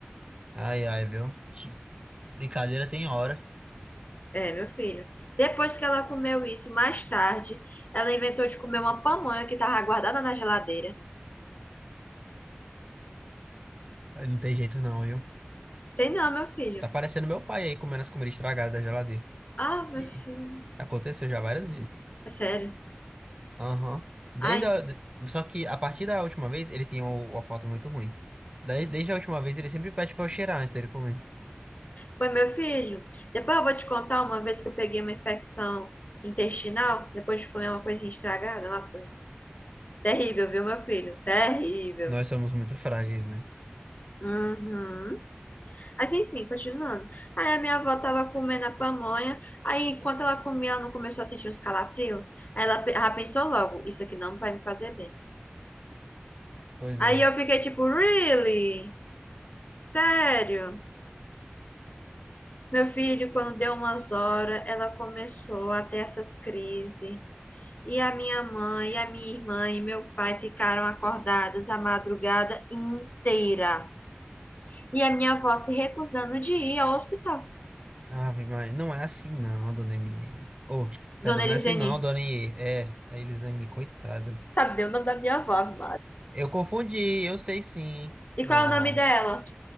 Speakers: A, on the right; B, on the left.
A: Ai, ai, viu? Que Brincadeira tem hora.
B: É, meu filho. Depois que ela comeu isso, mais tarde, ela inventou de comer uma pamonha que tava guardada na geladeira.
A: Ai, Não tem jeito não, viu?
B: Tem não, meu filho.
A: Tá parecendo meu pai aí comendo as comidas estragadas da geladeira.
B: Ah, meu
A: E
B: filho.
A: e aconteceu já várias vezes.
B: É sério.
A: Aham. Desde
B: Ai,
A: a... de- Só que a partir da última vez, ele tinha o- uma foto muito ruim. Daí, desde a última vez, ele sempre pede pra eu cheirar antes dele comer.
B: foi meu filho. Depois eu vou te contar uma vez que eu peguei uma infecção intestinal, depois de comer uma coisinha estragada. Nossa, terrível, viu, meu filho? Terrível.
A: Nós somos muito frágeis, né?
B: Uhum. Mas enfim, continuando. Aí a minha avó tava comendo a pamonha, aí enquanto ela comia, ela não começou a sentir uns calafrios. Aí ela, pe- ela pensou logo, isso aqui não vai me fazer bem.
A: Pois
B: Aí
A: é.
B: eu fiquei tipo, really? Sério? Meu filho, quando deu umas horas, ela começou a ter essas crises. E a minha mãe, a minha irmã e meu pai ficaram acordados a madrugada inteira. E a minha avó se recusando de ir ao hospital.
A: Ah, mas não é assim não, dona Emiliana. Ô, <tsk> perdão,
B: Dona
A: não
B: Elisene,
A: é assim não, dona I. É, a Elisane, coitada.
B: sabe o nome da minha avó, Ave
A: Eu confundi, eu sei sim.
B: E
A: Ó,
B: qual é o nome dela?